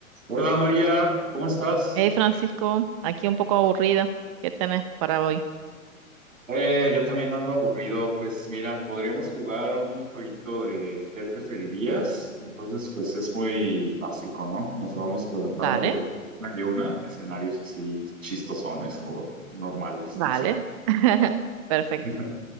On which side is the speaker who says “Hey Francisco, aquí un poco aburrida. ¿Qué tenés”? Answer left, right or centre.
Right